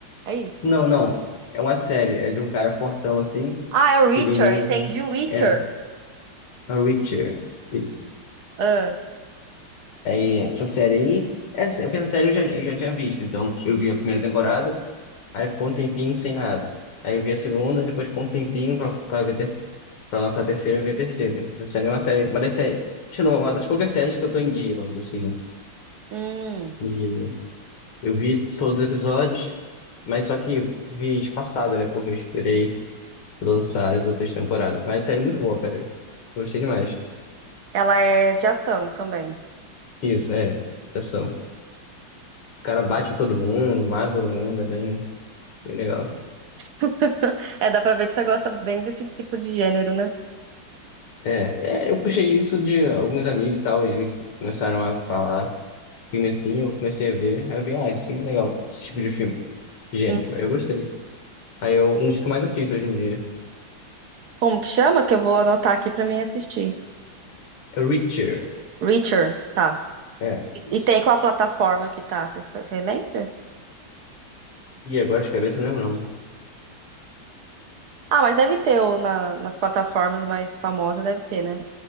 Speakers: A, on the right; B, on the left.
A: É isso.
B: Não, não. É uma série, é de um cara fortão assim,
A: Ah, é o Witcher,
B: que ele meio
A: entendi
B: que.
A: o Witcher.
B: É, A Reacher. Isso.
A: Ah,
B: Aí, essa série aí. Essa, porque essa série eu já, eu já tinha visto. Então, eu vi a primeira temporada, aí ficou um tempinho sem nada. Aí eu vi a segunda, depois ficou um tempinho pra, pra, ver ter, pra lançar a terceira, eu vi a terceira. Essa série é uma série. Uma das séries. Acho que não, uma das poucas séries que eu tô em dia, vamos dizer assim.
A: hum.
B: né? E eu vi todos os episódios, mas só que vi espaçado, né? Porque eu esperei lançar as outras temporadas. Mas a série é muito boa, cara. Gostei demais.
A: Ela é de ação também.
B: Isso, é. Ação. O cara bate em todo mundo, mata todo mundo, é bem, bem legal.
A: <laughs> É, dá pra ver que você gosta bem desse tipo de gênero, né?
B: É, é, eu puxei isso de alguns amigos e tal, eles me ens- começaram a falar filme assim, eu comecei a ver, aí eu vi, ah, esse filme é legal, esse tipo de filme, gênero,
A: Hum.
B: eu gostei. Aí eu, um dos que eu mais assisto hoje em dia
A: Como que chama? Que eu vou anotar aqui pra mim assistir.
B: é Reacher,
A: Witcher, tá.
B: é, isso.
A: E, e tem qual plataforma que tá? Você você lembra?
B: E agora de cabeça eu não lembro não.
A: Ah, mas deve ter, ou na- nas plataformas mais famosas deve ter, né?